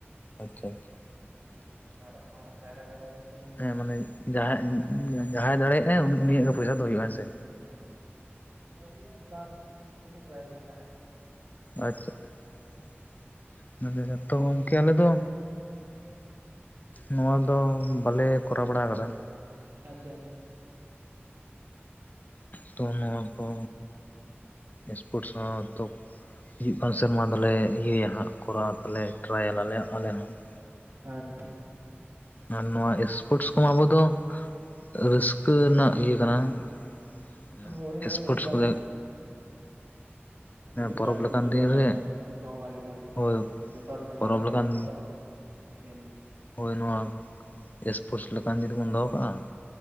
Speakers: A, on the left; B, on the right.
A: ᱟᱪᱪᱷᱟ ᱟᱪᱪᱷᱟ
B: ᱦᱳᱭ ᱦᱳᱭ, ᱟᱨ ᱚᱱᱟ ᱠᱟᱭᱨᱟ ᱫᱟᱨᱮ ᱫᱚ ᱥᱩᱱᱩᱢ ᱠᱟᱹᱴᱤᱡ
A: ᱦᱮᱸ ᱢᱟᱱᱮ
B: ᱢᱟᱠᱷᱟ ᱦᱩᱭᱩᱜᱼᱟ
A: ᱡᱟᱦᱟᱸᱭ
B: ᱾
A: ᱡᱟᱦᱟᱸᱭ ᱫᱟᱲᱮᱭᱟᱜᱼᱟᱭ ᱩᱱᱤᱭᱟᱜ ᱜᱮ ᱯᱚᱭᱥᱟᱹ ᱫᱚ ᱦᱩᱭᱩᱜᱼᱟ ᱾ ᱦᱮᱸᱥᱮ?
B: ᱦᱮᱸ ᱾ ᱯᱩᱭᱥᱟᱹ ᱦᱩᱭᱩᱜᱼᱟ ᱯᱞᱟᱥ ᱠᱤᱪᱷᱩ ᱯᱨᱟᱭᱤᱥ ᱦᱚᱸ ᱛᱟᱦᱮᱱᱟ ᱾
A: ᱟᱪᱪᱷᱟ ᱾ <unintelligible> ᱡᱚᱛᱚ ᱜᱚᱝᱠᱮ ᱟᱞᱮ ᱫᱚ ᱱᱚᱣᱟ ᱫᱚ ᱵᱟᱞᱮ ᱠᱚᱨᱟᱣ ᱵᱟᱲᱟ ᱟᱠᱟᱫᱟ ᱾
B: ᱟᱪᱪᱷᱟ ᱟᱪᱪᱷᱟ ᱾
A: ᱛᱚ ᱱᱚᱣᱟ ᱠᱚ ᱮᱥᱯᱳᱨᱴᱥ ᱥᱟᱶ ᱛᱚ ᱦᱤᱡᱩᱜ ᱠᱟᱱ ᱥᱮᱨᱢᱟ ᱫᱚᱞᱮ ᱤᱭᱟᱹᱭᱟ ᱦᱟᱸᱜ ᱠᱚᱨᱟᱣ ᱛᱟᱞᱮ ᱴᱨᱟᱭᱟᱞᱮ ᱟᱞᱮ ᱦᱚᱸ ᱾
B: ᱟᱪᱪᱷᱟ ᱾
A: ᱟᱨ ᱱᱚᱣᱟ ᱮᱥᱯᱳᱨᱴᱥ ᱠᱚᱢᱟ ᱟᱵᱚ ᱫᱚ ᱨᱟᱹᱥᱠᱟᱹ ᱨᱮᱱᱟᱜ ᱤᱭᱟᱹ ᱠᱟᱱᱟ <unintelligible>
B: ᱦᱳᱭ ᱦᱳᱭ
A: ᱮᱥᱯᱳᱨᱴᱥ
B: ᱢᱤᱫᱴᱟᱝ
A: ᱠᱚᱫᱚ
B: ᱢᱤᱫᱴᱟᱝ
A: ᱯᱚᱨᱚᱵᱽ
B: ᱯᱟᱨᱴᱤᱥᱤᱯᱮᱴᱚᱜᱼᱟ
A: ᱞᱮᱠᱟᱱ ᱫᱤᱱ
B: ᱢᱤᱫᱴᱟᱝ
A: ᱨᱮ
B: ᱥᱚᱦᱚᱵᱟᱜᱤᱛᱟ ᱢᱤᱫᱴᱟᱝ
A: ᱦᱳᱭ
B: ᱾ ᱡᱚᱛᱚ ᱦᱚᱲ ᱢᱮᱥᱟ
A: ᱯᱚᱨᱚᱵᱽ
B: ᱥᱟᱱᱟ
A: ᱞᱮᱠᱟᱱ
B: ᱠᱟᱛᱮ ᱢᱤᱫᱴᱟᱝ ᱠᱷᱮᱞ᱾
A: ᱦᱳᱭ, ᱱᱚᱣᱟ ᱮᱥᱯᱳᱨᱴᱥ ᱞᱮᱠᱟᱱ ᱡᱩᱫᱤ ᱵᱚᱱ ᱫᱚᱦᱚ ᱠᱟᱜᱼᱟ ᱾